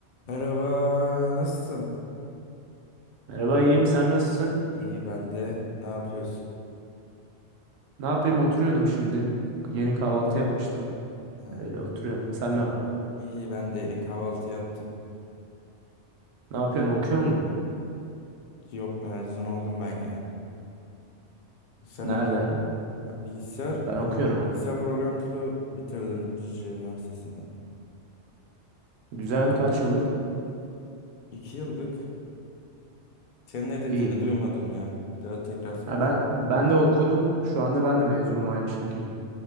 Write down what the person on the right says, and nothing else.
Merhaba iyiyim sen nasılsın?
Ne yapayım oturuyordum şimdi. Yeni kahvaltı yapmıştım.
Öyle oturuyorum. Sen ne yapıyorsun?
Ne yapıyorsun? Okuyor musun?
Nereden?
Ben okuyorum
hani.
Güzel kaç yıllık?
İyi.
Ha ben ben de okudum. Şu anda ben de mezunum aynı şekil.